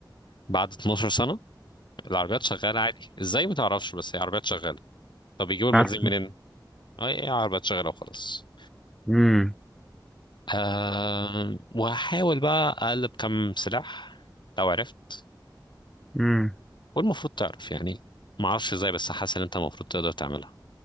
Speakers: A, on the left; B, in the centre.
A: بعد 12 سنة العربيات شغالة عادي ازاي ما تعرفش بس هي عربيات شغالة طب بيجيبوا المنزل
B: بتاعت-
A: منين اه ايه عربيات شغالة وخلاص
B: امم
A: آه وهحاول بقى اقلب كم سلاح لو عرفت
B: امم
A: والمفروض تعرف يعني ما اعرفش ازاي بس حاسس ان انت المفروض تقدر تعملها